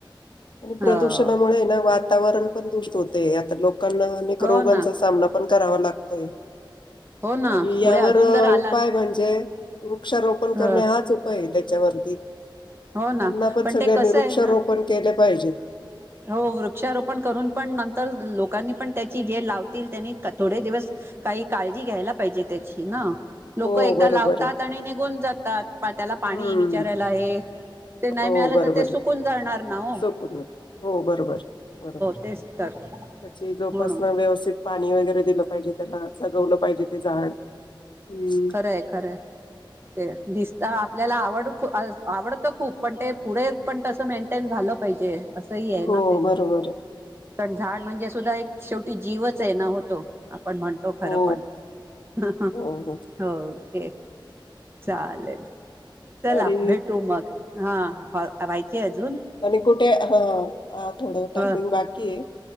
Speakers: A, on the left; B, on the right.
A: आणि प्रदूषणामुळे
B: हो
A: ना वात वातावरण पण दूषीत होतय. आता लोकांना अनेक
B: हो
A: रोगांचा
B: ना
A: सामना पण करावा लागतोय.
B: हो ना
A: आणि यावर
B: पुढे अजून जर आला
A: उपाय म्हणजे वृक्षारोपण
B: ह
A: करणे, हाच उपाय आहे. त्याच्यावरती.
B: हो ना
A: पुन्हां पण सगळ्यांनी
B: ते कसं
A: वृक्षारोपण
B: आहे ना
A: केले पाहिजे.
B: हो वृक्षारोपण करून पण नंतर लोकांनी पण त्याची जे लावतील त्यांनी थोडे दिवस काही काळजी, घ्यायला पाहिजे त्याची ना. लोक
A: हो
B: एकदा
A: बरोबर
B: लावतात
A: आहे.
B: आणि निघून जातात. त्याला पाणी
A: हम्म.
B: विचारायला हे, ते नाही
A: हो
B: मिळालं
A: बरोबर
B: तर ते सुकून
A: आहे.
B: जाणार ना ओ.
A: चुकून. हो बरोबर-बरोबर
B: तेच तर
A: त्याची जोपासना
B: म्हणून
A: व्यवस्थित पाणी वगैरे दिलं पाहिजे त्याला जगवलं पाहिजे ते झाड हम्
B: हे खरय. ते दिसत आपल्याला आवड -आवडतं खूप पण ते पुढे पण तसं मेंटेन झालं पाहिजे. असं ही हाय
A: हो
B: ना ते
A: बरोबर आहे.
B: कारण झाड म्हणजे सुद्धा एक शेवटी जीवच आहे ना ओ तो आपण म्हण. तो खर
A: हो.
B: पण अ ह
A: हो, हो.
B: ओके. चालेल चला
A: आणि
B: भेटू मग हा व्हायचे अजून
A: आणि कुठे ह आ थोडं टायमिंग
B: ह
A: बाकी आहे.